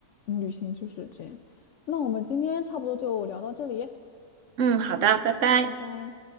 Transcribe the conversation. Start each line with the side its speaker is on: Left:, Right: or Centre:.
Left: 嗯旅行就是这样。那我们今天差不多就聊到这里，
Right: 嗯，好的，拜拜。
Left: 拜拜。